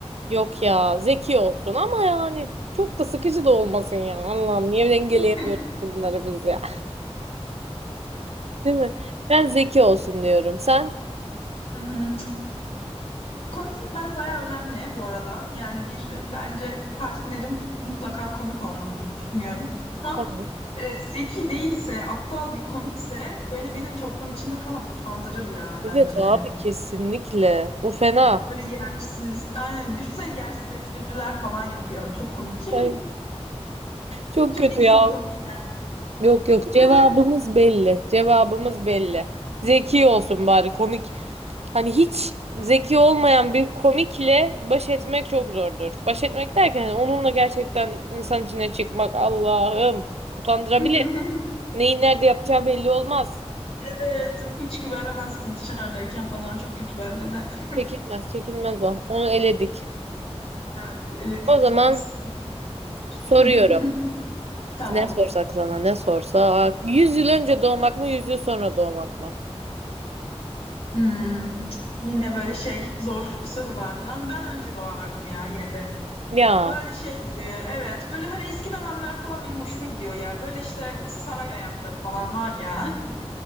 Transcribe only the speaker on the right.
Yok ya, zeki olsun ama yani çok da sıkıcı da olmasın ya. Allah'ım niye dengeleyemiyoruz
bunları biz ya. <laughs> Değil mi? Ben zeki olsun diyorum. Sen?
Tamam.
Evet abi kesinlikle. Bu fena.
Ay. Çok
kötü
ya.
Yok yok cevabımız
belli. Cevabımız belli. Zeki olsun bari komik. Hani hiç zeki olmayan bir komikle baş etmek çok zordur. Baş etmek derken hani onunla gerçekten insan içine çıkmak Allah'ım utandırabilir.
Neyi nerede yapacağı belli olmaz.
Çekilmez, çekilmez o. Onu eledik.
O zaman
soruyorum.
Ne sorsak sana ne sorsak. 100 yıl önce doğmak mı 100 yıl sonra doğmak mı?
Ya